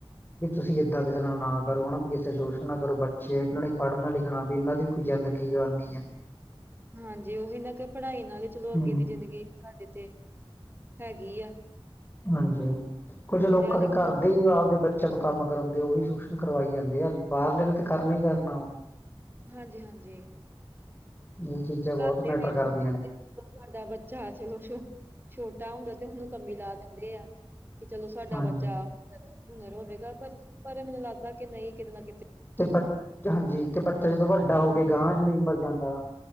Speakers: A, on the left; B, on the right.
A: ਵੀ ਤੁਸੀਂ ਏਦਾਂ ਕਿਸੇ ਨਾਲ ਨਾ ਕਰੋ, ਹਨਾ ਵੀ ਕਿਸੇ ਦਾ ਸ਼ੋਸ਼ਣ ਨਾ ਕਰੋ, ਬੱਚੇ ਇਹਨਾਂ ਨੇ ਵੀ ਪੜ੍ਹਨਾ ਲਿਖ ਹਾਂ ਵੀ, ਇਹਨਾਂ ਦੀ ਕੋਈ ਜ਼ਿੰਦਗੀ ਕਰਨੀ ਆ।
B: ਹਾਂਜੀ, ਉਹੀ ਨਾ ਕਿ, ਪੜ੍ਹਾਈ ਨਾਲ ਹੀ ਚਲੋ ਅੱਗੇ
A: ਹਮ
B: ਦੀ ਜ਼ਿੰਦਗੀ ਸਾਡੇ ਤੇ, ਹੈਗੀ ਆ।
A: ਹਾਂਜੀ, ਕੁੱਝ ਲੋਕਾਂ
B: ਪੜ੍ਹਿਆ ਲਿਖਿਆ
A: ਦੇ ਘਰ ਦੇ ਹੀ ਆਪਦੇ ਬੱਚਿਆਂ ਤੋਂ ਕੰਮ ਕਰਵਾਉਂਦੇ, ਉਹੀ ਸ਼ੋਸ਼ਣ ਕਰਵਾਈ ਜਾਂਦੇ ਆ, ਬਾਹਰਲੇ ਨੇ ਤੇ ਕਰਨਾ ਹੀ ਕਰਨਾ ਵਾ।
B: ਹਾਂਜੀ- ਹਾਂਜੀ।
A: ਇਹ ਚੀਜ਼ਾਂ ਬਹੁਤ
B: ਘਰ ਦੇ
A: ਮੈਟਰ
B: ਵੀ
A: ਕਰਦੀਆਂ
B: ਕਹਿੰਦੇ
A: ਨੇ
B: ਤੁਹਾਡਾ ਬੱਚਾ, <unintelligible> ਛੋਟਾ ਹੁੰਦਾ ਤੇ, ਉਹਨੂੰ ਕੰਮੀ ਲਾ ਦਿੰਦੇ ਆ। ਕਿ ਚਲੋ ਸਾਡਾ
A: ਹਾਂਜੀ
B: ਬੱਚਾ ਹੁਨਰ ਹੋਵੇਗਾ, ਪਰ -ਪਰ ਮੈਨੂੰ ਲੱਗਦਾ ਕਿ, ਨਹੀਂ ਕਿਤੇ ਨਾ ਕਿਤੇ
A: ਤੇ ਬ ਹਾਂਜੀ, ਤੇ ਬੱਚਾ ਜਦੋਂ ਵੱਡਾ ਹੋ ਕੇ ਅਗਾਂਹ ਯਾਨੀ ਉਮਰ ਜਾਂਦਾ,